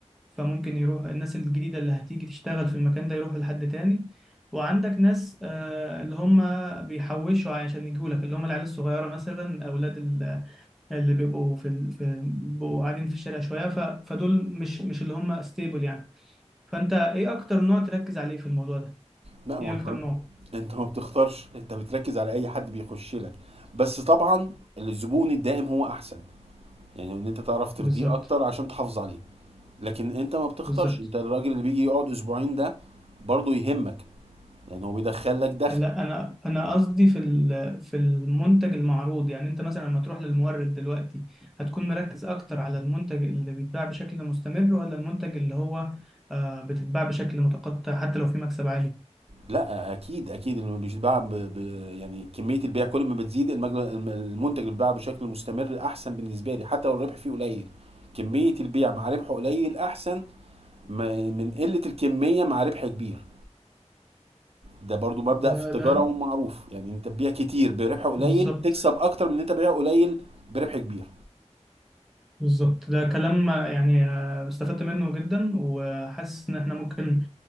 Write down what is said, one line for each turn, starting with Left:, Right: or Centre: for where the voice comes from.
Centre: فممكن يروح الناس الجديدة اللي هتيجي تشتغل في المكان ده يروحوا لحد تاني وعندك ناس آه، اللي هم بيحوشوا عشان يجوا لك اللي هم العيال الصغيرة مثلا أولاد ال- اللي بيبقوا في ال... في بيبقوا قاعدين في الشارع شوية ف... فدول مش مش اللي هم ستيبل يعني فأنت إيه أكتر نوع تركز عليه في الموضوع ده؟
Right: لا ما
Centre: إيه
Right: انت
Centre: أكتر نوع؟
Right: انت ما بتختارش انت بتركز على اي حد بيخش لك بس طبعا الزبون الدائم هو احسن يعني ان انت تعرف ترضيه
Centre: بالظبط
Right: اكتر عشان تحافظ عليه لكن انت ما بتختارش
Centre: بالظبط
Right: انت الراجل اللي بيجي يقعد اسبوعين ده برضه يهمك لان هو بيدخل لك دخل
Centre: لا انا انا قصدي في ال- في المنتج المعروض يعني انت مثلا لما تروح للمورد دلوقتي هتكون مركز اكتر على المنتج اللي بيتباع بشكل مستمر ولا المنتج اللي هو آه، بتتباع بشكل متقطع حتى لو في مكسب عالي
Right: لا اكيد اكيد اللي بيتباع ب... ب... يعني كميه البيع كل ما بتزيد المجل... الم- المنتج اللي بيتباع بشكل مستمر احسن بالنسبه لي حتى لو الربح فيه قليل كميه البيع مع ربحه قليل احسن ما- من قله الكميه مع ربح كبير ده برضو مبدأ
Centre: ده
Right: في التجارة
Centre: ده
Right: ومعروف يعني انت تبيع كتير بربح قليل
Centre: بالظبط
Right: تكسب اكتر من ان انت بيع قليل بربح كبير
Centre: بالظبط ده كلام يعني آه، استفدت منه جدا وحاسس ان احنا ممكن